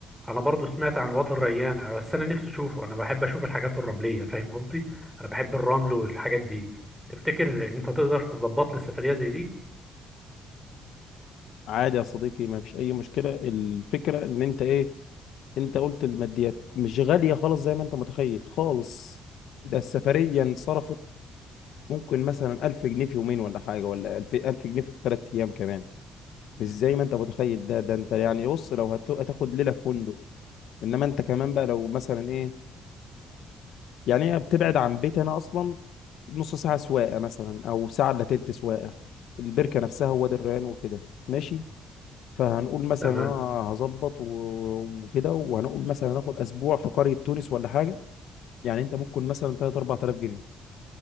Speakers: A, in the centre; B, on the left.
A: انا برضو سمعت عن وادي الريان آه، بس انا نفسي اشوفه انا بحب اشوف الحاجات الرملية فاهم قصدي انا بحب الرمل والحاجات دي تفتكر انت تقدر تظبط لي سفرية زي دي
B: عادي يا صديقي ما فيش اي مشكله الفكره ان انت ايه انت قلت الماديات مش غاليه خالص زي ما انت متخيل خالص ده السفريه انصرفت ممكن مثلا 1000 جنيه في يومين ولا حاجه ولا 1000 1000 جنيه في ثلاث ايام كمان مش زي ما انت متخيل ده ده انت يعني بص لو هت- هتاخد ليله في فندق انما انت كمان بقى لو مثلا ايه يعني هي بتبعد عن بيت انا اصلا نص ساعه سواقه مثلا او ساعه الا تلت سواقه البركه نفسها وادي الريان وكده ماشي فهنقول مثلا
A: تمام
B: انا هظبط و- وكده وهنقول مثلا هناخد اسبوع في قريه تونس ولا حاجه يعني انت ممكن مثلا 3 4000 جنيه